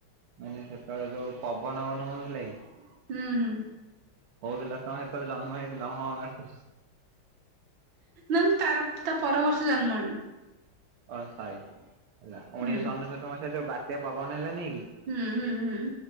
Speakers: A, on the right; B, on the right.
A: ମାନେ ସେତେବେଳେ ଯଉ ପବନ ଫବନ ହଉ ନଥିଲା କି
B: ହୁଁ ହୁଁ।
A: ହଉଥିଲା ତମେ ହେତେବେଳେ ଜନ୍ମ ହେଇଥିଲ ହଁ ମାରିଦଉଚ୍।
B: ନା ତାର -ତା ପର ବର୍ଷ ଜନ୍ମ ହେଲି।
A: ଅ- ସରି ହେଲା ଉଣେଇଶ
B: ହୁଁ
A: ଅନେଶତ ମସିହା ଯଉ ବାତ୍ୟା ପବନ ହେଲାନି କି?
B: ହୁଁ ହୁଁ। ହୁଁ।